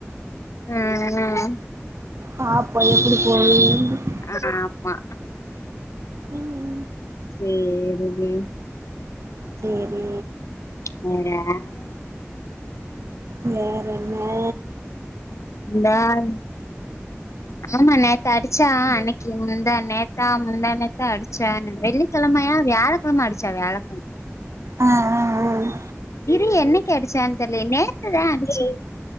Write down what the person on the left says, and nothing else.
ம் ம்
அ ஆமா
சேரி மீ
<unintelligible>
டாய் ஆமா நேத்து அடிச்சா அன்னைக்கு முந்தா நேத்தா முந்தா நேத்தா அடிச்சா வெள்ளிக் கெழமையா வியாழக்கழம அடிச்சா வியாழக்கழம
இரி என்னைக்கு அடிச்சானு தெர்லயே நேத்துதா அடிச்சு